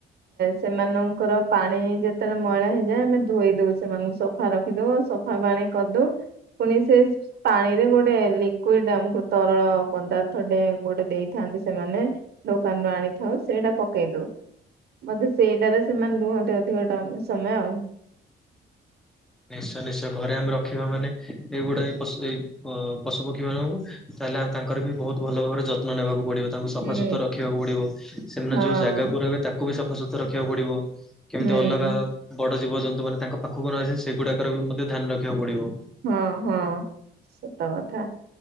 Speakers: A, on the right (about 65°); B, in the centre.
A: ସେମାନଙ୍କର ପାଣି ଯେତେବେଳେ ମଇଳା ହେଇଯାଏ ଆମେ ଧୋଇ ଦଉ ସେମାନଙ୍କୁ ସଫା ରଖି ଦଉ ସଫା ପାଣି କରିଦଉ। ପୁଣି ସେ ପାଣିରେ ଗୋଟେ ଲିକୁଇଡି ଟେ ଆମକୁ ତରଳ ପଦାର୍ଥ ଟେ ଗୋଟେ ଦେଇ ଥାନ୍ତି ସେମାନେ ଦୋକାନରୁ ଆଣିଥାଉ ସେଇଟା ପକେଇ ଦଉ ବଧେ ସେଇଟାରେ ସେମାନେ ରୁହନ୍ତି ଅଧିକ ଟା ସମୟ ଆଉ।
B: ନିଶ୍ଚୟ -ନିଶ୍ଚୟ ଘରେ ଆମେ ରଖିବା ମାନେ ଏଇଗୁଡାଏ ପଶୁ ଏଇ ପ- ପଶୁ, ପକ୍ଷୀ ମାନଙ୍କୁ ତାହେଲେ ଆଉ ତାଙ୍କର ବି ବହୁତ୍ ଭଲ ଭାବରେ ଯତ୍ନ ନେବାକୁ ପଡିବ ତାଙ୍କୁ ସଫାସୁତର
A: ହୁଁ
B: ରଖିବାକୁ ପଡିବ ସେମାନେ
A: ହଁ
B: ଯଉ ଜାଗାକୁ ରହିବେ ତାକୁ ବି ସଫାସୁତର ରଖିବାକୁ ପଡିବ କେମିତି
A: ହୁଁ
B: ଅଲଗା ବଡ ଜୀବଜନ୍ତୁ ମାନେ ତାଙ୍କ ପାଖକୁ ନଯାଏ ସେଗୁଡାକର ବି ମଧ୍ୟ ଧ୍ୟାନ ରଖିବାକୁ ପଡିବ।
A: ହଁ- ହଁ ସତ କଥା